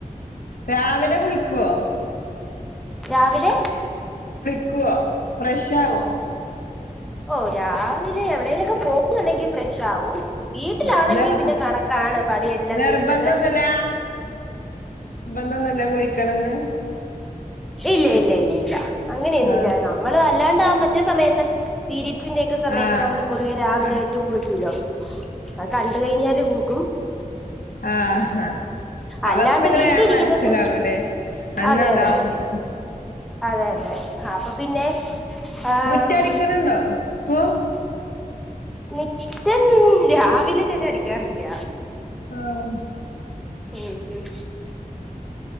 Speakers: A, on the left; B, in the centre.
A: രാവിലെ കുളിക്കോ
B: രാവിലെ
A: ക്കോ ഫ്രഷ് ആവോ
B: ഓഹ് രാവിലെ എവിടേലൊക്കെ പോകുന്നുണ്ടെങ്കി ഫ്രഷ് ആവും വീട്ടിലാണെങ്കി
A: ആഹ് നിർ
B: പിന്നെ കണക്കാണ് പണി എല്ലാം
A: നിർബന്ധൊന്നുല്ല
B: തീർത്തിട്ട്
A: തൊന്നുല്ല കുളിക്കണംന്ന്
B: ഇല്ല ഇല്ല ഇല്ല ഇല്ല അങ്ങനെയൊന്നും
A: ആഹ്
B: ഇല്ല നമ്മള് അല്ലാണ്ട് ആ മറ്റേ സമയത്ത് പീരി ഡ്സിന്റെ ഒക്കെ സമയത്ത്
A: ആഹ്
B: നമ്മള് പൊതുവേ രാവിലേറ്റു
A: ആഹ്
B: കുളിക്കൂല്ലോ അത് കണ്ട് കഴിഞ്ഞാല് <unintelligible>
A: ആ ഹാ
B: അല്ലാണ്ട്
A: അവർക്ക് പിന്നെ
B: വീട്ടിലിരിക്കുന്ന
A: വേം മനസ്സിലാവുല്ലേ
B: സമയം
A: അന്ന്
B: അതെ
A: അതാവുംന്ന്
B: അതെ അതെ അതെ അപ്പൊ പിന്നെ ആം
A: മുറ്റടിക്ക്ണ് ണ്ടോ ഇപ്പൊ
B: മുറ്റം രാവിലെ ഞാന് അടിക്കാറില്ല
A: ആഹ്
B: ഉം ഉം